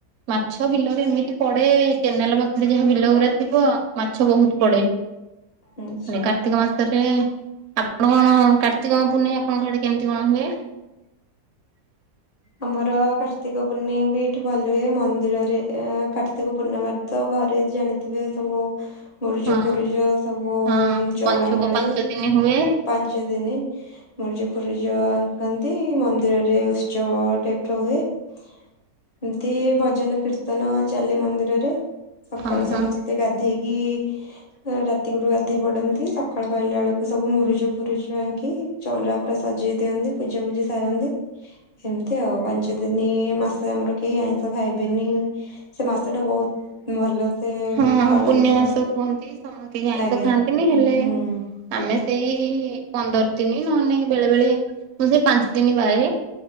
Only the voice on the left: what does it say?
ଆଚ୍ଛା।
ଆମର କାର୍ତ୍ତିକ ପୂର୍ଣିମୀ ବି ଏଇଠି ଭଲ ହୁଏ ମନ୍ଦିରରେ କାର୍ତ୍ତିକ ପୂର୍ଣ୍ଣିମା ତ ଘରେ ଜାଣିଥିବେ ସବୁ ମୁରୁଜ
ଫୁରୁଜ ସବୁ
ଚଉରାମୂଳେ
ପାଞ୍ଚ ଦିନି ମୁରୁଜ ଫୁରୁଜ ଆଙ୍କନ୍ତି ମନ୍ଦିରରେ ଉତ୍ସବ ଟାଇପ ର ହୁଏ। ଏମତି ଭଜନ କୀର୍ତ୍ତନ ଚାଲେ ମନ୍ଦିରରେ। ସକାଳୁ
ସମସ୍ତେ ସେ ଗାଧେଇକି ରାତି କରୁ ଗାଧେଇ ପଡନ୍ତି। ସକାଳୁ ପାଇଲା ବେଳକୁ ସବୁ ମୁରୁଜ ଫୁରୁଜ ଆଙ୍କି ଚଉରା ପୁରା ସଜେଇ ଦିଅନ୍ତି ପୂଜା ପୁଜି ସାରନ୍ତି ଏମିତି ଆଉ। ସେଦିନି ମାସ ଆମର କେହି ଆଇଁଷ ଖାଇବେନି। ସେ ମାସ ଟା ବହୁତ ଭଲ। ସେ
ପାଳନ୍ତି
ଆଉ
ଆଜ୍ଞା।
ହୁଁ
ହୁଁ